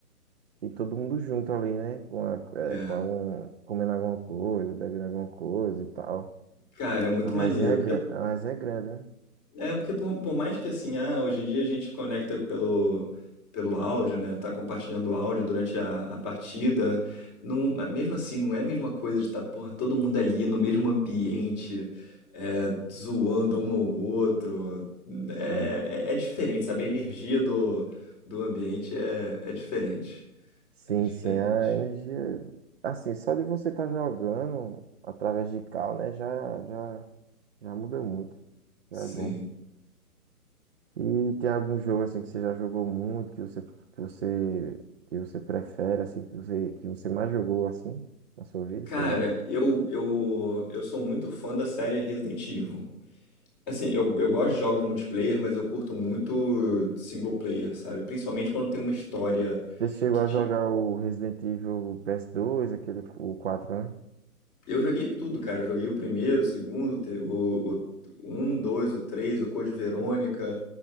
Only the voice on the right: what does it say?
E todo mundo junto ali, né? Com, a, é,
com algum, comendo alguma coisa, bebendo alguma coisa e tal.
A resenha
é,
gran... a resenha é grande, né?
Sim.
Sim,
sim, a energia. Assim, só de você estar jogando através de cal, né? Já, já, já muda muito. Já
é bom. E tem algum jogo assim que você já jogou muito, que você, que você, que você prefere, assim, que você, que você mais jogou assim na sua vida,
sei lá.
Você chegou
a
jogar o Resident Evil ps dois aquele, o 4, né?